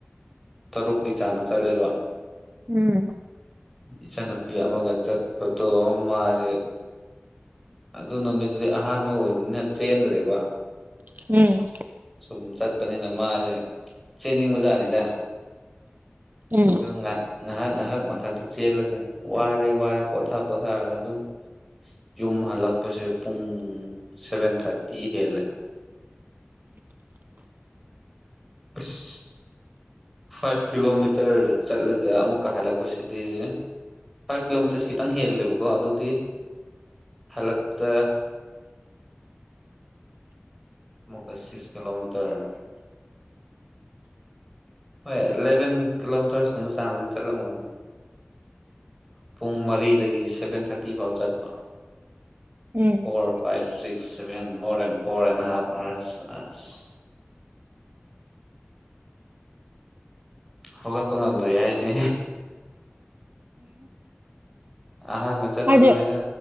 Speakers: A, in the centre; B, on the right.
A: ꯇꯔꯨꯛꯀꯤ ꯆꯥꯡꯅ ꯆꯠꯂꯦꯕ
B: ꯎꯝ
A: ꯏꯆꯥꯟꯅꯨꯄꯤ ꯑꯃꯒ ꯆꯠꯄꯗꯣ ꯑꯃ ꯃꯥꯁꯦ ꯑꯗꯨ ꯅꯨꯃꯤꯠꯇꯨꯗꯤ ꯑꯍꯥꯟꯕ ꯑꯣꯏꯕꯅꯤꯅ ꯆꯦꯟꯗ꯭ꯔꯦꯕ
B: ꯎꯝ
A: ꯁꯨꯝ ꯆꯠꯄꯅꯤꯅ ꯃꯥꯁꯦ ꯆꯦꯟꯅꯤꯡ ꯕꯖꯥꯔꯅꯤꯗ
B: ꯎꯝ
A: ꯑꯗꯨ ꯉ ꯉꯥꯏꯍꯥꯛ ꯉꯥꯏꯍꯥꯛ ꯊꯟꯇ ꯆꯦꯜꯂꯒ ꯋꯥꯔꯦ ꯋꯥꯔꯦ ꯄꯣꯊꯥ ꯄꯣꯊꯥꯔꯒ ꯑꯗꯨꯝ ꯌꯨꯝ ꯍꯜꯂꯛꯄꯁꯦ ꯄꯨꯡ ꯁꯚꯦꯟ ꯊꯥꯔꯇꯤ ꯍꯦꯜꯂꯦ <unintelligible> ꯑꯁ ꯐꯥꯏꯚ ꯀꯤꯂꯣꯃꯤꯇꯔ ꯆꯠꯂꯒ ꯑꯃꯨꯛꯀ ꯍꯜꯂꯛꯄꯁꯤꯗꯤ ꯐꯥꯏꯚ ꯀꯤꯂꯣꯃꯤꯇꯔꯁ ꯈꯤꯇꯪ ꯍꯦꯜꯂꯦꯕꯀꯣ ꯑꯗꯨꯗꯤ ꯍꯜꯂꯛꯄꯗ <inaudible> ꯃꯨꯛꯀ ꯁꯤꯛꯁ ꯀꯤꯂꯣꯃꯤꯇꯔ ꯍꯣꯏ ꯑꯦꯂꯚꯦꯟ ꯀꯤꯂꯣꯃꯤꯇꯔꯁꯀꯨꯝꯕ ꯆꯥꯡꯅꯗꯤ ꯆꯠꯂꯝꯃꯅꯤ ꯄꯨꯡ ꯃꯔꯤꯗꯒꯤ ꯁꯚꯦꯟ ꯊꯥꯔꯇꯤ ꯐꯥꯎ ꯆꯠꯄ
B: ꯎꯝ
A: four five six seven more the four and ꯍ ꯑ <inaudible> ꯍꯧꯒꯠꯄ ꯉꯝꯗ꯭ꯔꯦ ꯍꯥꯏꯁꯦ ꯑꯍꯥꯟꯕ ꯆꯠꯄ
B: ꯍꯥꯏꯗꯤ
A: ꯅꯨꯃꯤꯠꯇ